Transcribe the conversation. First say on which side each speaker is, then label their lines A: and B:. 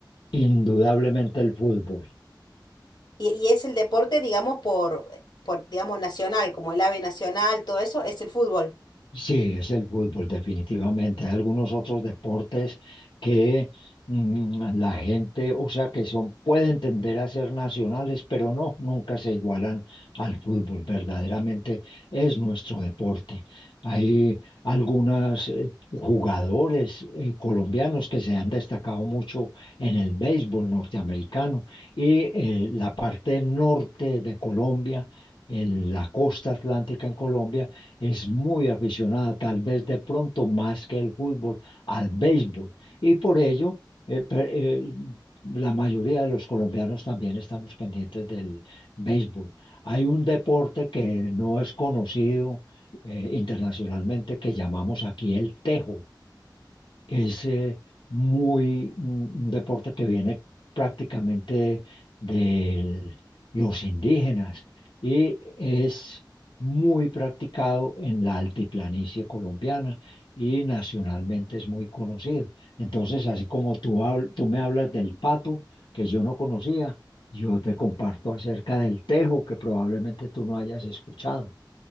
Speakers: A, on the left (about 85°); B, on the left (about 65°).
A: indudablemente el fútbol.
B: Y, y es el deporte, digamos, por, por, digamos, nacional, como el ave nacional, todo eso, es el fútbol.
A: Sí, es el fútbol, definitivamente. Hay algunos otros deportes que mm, la gente, o sea, que son, pueden tender a ser nacionales, pero no, nunca se igualan al fútbol. Verdaderamente es nuestro deporte. Hay algunos jugadores eh, colombianos que se han destacado mucho en el béisbol norteamericano y eh, la parte norte de Colombia, en la costa atlántica en Colombia es muy aficionada, tal vez de pronto más que el fútbol, al béisbol. Y por ello, eh, per- eh, la mayoría de los colombianos también estamos pendientes del béisbol. Hay un deporte que no es conocido eh, internacionalmente que llamamos aquí el tejo. Es eh, muy mm, un deporte que viene prácticamente de los indígenas y es muy practicado en la altiplanicie colombiana y nacionalmente es muy conocido. Entonces, así como tú, habl- tú me hablas del pato, que yo no conocía, yo te comparto acerca del tejo, que probablemente tú no hayas escuchado.